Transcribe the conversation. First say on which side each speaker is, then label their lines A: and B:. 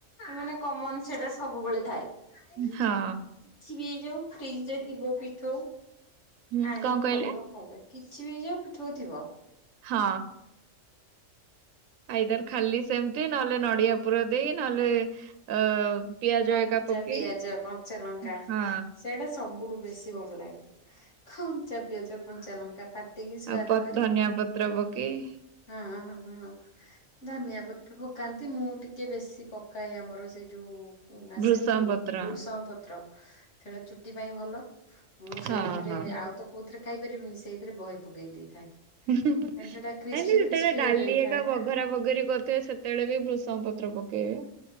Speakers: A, on the left; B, on the right.
A: ମାନେ କମନ ସେଟା ସବୁବେଳେ ଥାଏ। କିଛି
B: ହଁ
A: ବି ହେଇଯାଉ ଫ୍ରିଜ ରେ ଥିବ ପିଠଉ
B: ହୁଁ
A: ଆଣିବ
B: କଣ କହିଲେ
A: କରିବ ଖାଇବା। କିଛି ବି ଯୋଉ ପିଠଉ ଥିବ।
B: ହଁ ଆଇଦାର ଖାଲି ସେମିତି ନହେଲେ ନଡିଆ ପୁର ଦେଇ ନହେଲେ। ଅ ପିଆଜ
A: କଞ୍ଚା
B: ଏକା ପକେଇ
A: ପିଆଜ କଞ୍ଚା ଲଙ୍କା
B: ହଁ
A: ସେଇଟା ସବ ବୁଠୁ ବେଶୀ ଭଲ ଲାଗେ କଞ୍ଚା ପିଆଜ କଞ୍ଚା ଲଙ୍କା କାଟିକି ସୁଆଦ
B: ଆଉ ପ
A: ଭାରି
B: ଧନିଆ ପତ୍ର ପକେଇ
A: ହଁ ହଁ ହଁ ଧନିଆ ପତ୍ର ପକାନ୍ତି ମୁଁ ଟିକେ ବେଶୀ ପକାଏ ଆମର ସେ ଯୋଉ ଆସେନି
B: ଭୃଷଙ୍ଗ ପତ୍ର
A: ବୃଷ ପତ ତ ସେଟା ଚୁଟି ପାଇଁ ଭଲ। ମୁଁ
B: ହଁ
A: ସେଇଥିରେ
B: ହଁ
A: ଆଉ ତ କୋଉଥିରେ ଖାଇପାରିବିନି ସେଇଥିରେ ବହିେ ପକେଇ ଦେଇଥାଏ।
B: ନାଇଁ ନାଇଁ
A: କାରଣ ସେଟା କ୍ରିସ୍ପି
B: ଯେତେବେଳେ
A: କ୍ରିସ୍ପି
B: ଡାଲି
A: ହେଇଯାଇଥାଏ
B: ଏକା
A: ନା
B: ବଘରା ବଘରି କରୁଥିବା ସେ ତେଳେ ବି ଭୃଷଙ୍ଗ ପତ୍ର ପକେଇବେ।